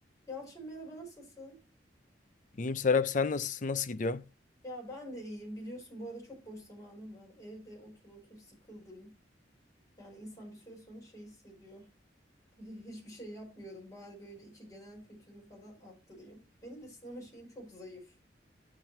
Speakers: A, on the left (about 20°); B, on the left (about 45°).
A: Yalçın merhaba nasılsın?
B: İyiyim Serap sen nasılsın? Nasıl gidiyor?
A: Ya ben de iyiyim. Biliyorsun bu arada çok boş zamanım var. Evde otur otur sıkıldım. Yani insan bir süre sonra şey hissediyor. <laughs> Hiçbir şey yapmıyorum. Bari böyle iki genel kültürümü falan arttırayım. Benim de sinema şeyim çok zayıf.